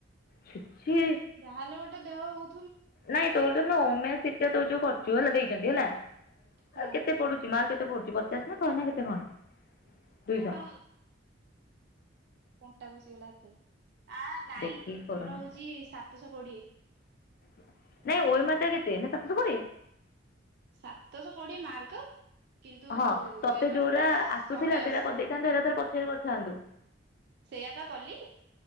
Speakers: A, on the left; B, on the right.
A: ଛିଛି
B: ଯାହାହେଲେ, ଗୋଟେ ଦେହ ହଉ
A: ନାଇଁ, ତୋର ଯୋଉ ଓମେ ସିଟ ଟଉ ଯୋଉ କରୁ ଯଉ ହେଲା ଦେଇଛନ୍ତି ହେଲା।
B: ହଁ
A: ଆ କେତେ ପଡୁଛି ମାର୍ କେତେ ପଡୁଛି ପଚାଶ ନା ଶହେ ନା କେତେ କଣ? ଦୁଇ ଶ।
B: ଆଃ କଣ୍ଟା ପସିଗଲା ହାତରେ। ଆ ନାଇଁ
A: ଦେଖିକି କରୁନୁ
B: ଆମର ହଉଛି, ସାତଶହ କୋଡିଏ।
A: ନାଇଁ ୱାଲ୍ ମାଟରେ କେତେ? ନା ସାତ ସ କୋଡିଏ?
B: ସାତଶହ କୋଡିଏ ମାର୍କ! କିନ୍ତୁ
A: ହଁ, ତତେ
B: ଓଏମଆର
A: ଯୋଉରା
B: ହଉଛି ଶହେ
A: ଆସୁଥିଲା। ସେଇରା
B: ଅଶୀ
A: କରିଦେଇଥାନ୍ତୁ ଏଇରା ଥରେ, ପଛରେ କରିଥାନ୍ତୁ।
B: ସେଇଆପା କଲି!